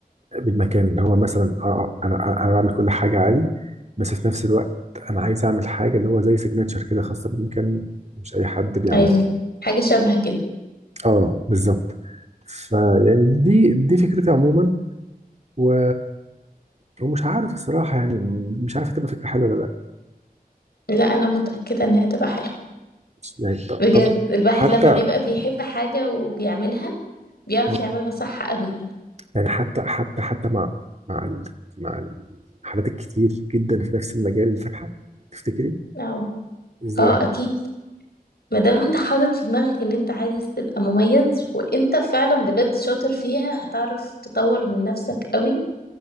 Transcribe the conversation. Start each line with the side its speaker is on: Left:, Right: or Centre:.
Right: بالمكان اللي هو مثلا اه آه، انا انا أنا بعمل كل حاجه عادي بس في نفس الوقت انا عايز اعمل حاجه اللي هو زي سيجنتشر كده خاصه بالمكان مش اي حد بيعملها
Left: ايوه حاجه شبه كده
Right: اه بالظبط فيعني دي دي فكرتي عموما و... ومش عارف الصراحة يعني مش عارف هتبقى فكرة حلوة ولا لا
Left: لا انا متاكده انها تبقى حلوه
Right: يعني ط-
Left: بجد
Right: طب واحنا
Left: الواحد لما
Right: حتى واحنا
Left: بيبقى بيحب حاجه وبيعملها بيعرف
Right: ما
Left: يعملها صح قوي يعني
Right: يعني حتى حتى حتى مع مع ال... مع الحالات الكتير جدا في نفس المجال اللي فاتحة تفتكري
Left: اه
Right: ازاي؟
Left: اه اكيد ما دام انت حاطط في دماغك ان انت عايز تبقى مميز وانت فعلا بجد شاطر فيها هتعرف تطور من نفسك قوي